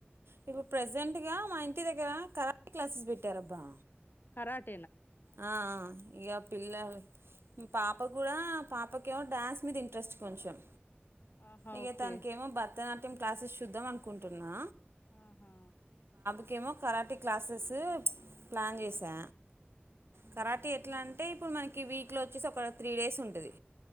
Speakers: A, on the right; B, on the left.
A: ఇప్పుడు ప్రెజెంట్ గా మా ఇంటి దగ్గర కరాట క్లాసెస్ పెట్టారబ్బా
B: కరాట్
A: ఆ ఇగా పిల్లలు పాప గూడా పాపకేమో డాన్స్ మీద ఇంట్రెస్ట్ కొంచెం
B: ఆహా
A: ఇగా
B: ఓకే
A: తనకేమో భరతనాట్యం క్లాసెస్ చూద్దాం అనుకుంటున్నా
B: ఉహు
A: ఇంకేమో కరాటీ క్లాసెస్ ప్లాన్ చేసా
B: ఉమ్.
A: కరాటీ ఎట్లా అంటే ఇప్పుడు మనకి వీక్ లో వచ్చేసి ఒక త్రీ డేస్ ఉంటది